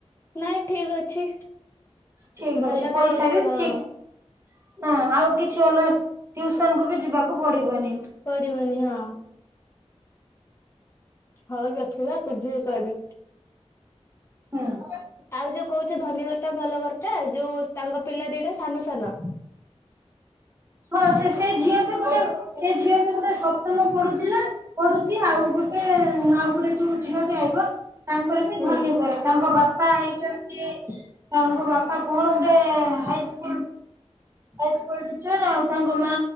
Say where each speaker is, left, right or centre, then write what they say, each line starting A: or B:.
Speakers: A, on the left; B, on the right.
A: ନାଇଁ ଠିକ ଅଛି।
B: ଠିକ
A: ଭଲ
B: ଅଛି ପଇସା
A: ନା ଆହୁରି
B: ବି
A: ହଁ
B: ଠିକ ହଁ ଆଉ କିଛି ଅଲଗା ଟିଉସନକୁ ବି ଯିବାକୁ ପଡିବନି
A: ପଡିବନି ହଁ ହଉ ଦେଖିବା ବୁଝିକି କହିବି
B: ହଁ
A: ଆଉ ଯୋଉ କହୁଛୁ ଧନୀଘରଟା ଭଲ ଘରଟା ଯୋଉ ତାଙ୍କ ପିଲା ଦିଟା ସାନ ସାନ
B: <inaudible> ହଁ ସେ ସେ ଝିଅ ବି ଗୋଟେ ସେ ଝିଅ ବି ଗୋଟେ ସପ୍ତମ ପଢୁଥିଲା। ପଢୁଛି ଆଉ ଗୋଟେ ଆଉ ଗୋଟେ ଯୋଉ ଝିଅଟେ ଆଇବ ତାଙ୍କର ବି ଧନୀ
A: ହୁଁ
B: ଘର ତାଙ୍କ ବା ବାପା ହେଇଛନ୍ତି ତାଙ୍କ ବାପା କଣ ଗୋଟେ ହାଇସ୍କୁଲ ହାଇସ୍କୁଲ ଟିଚର ଆଉ ତାଙ୍କ ମା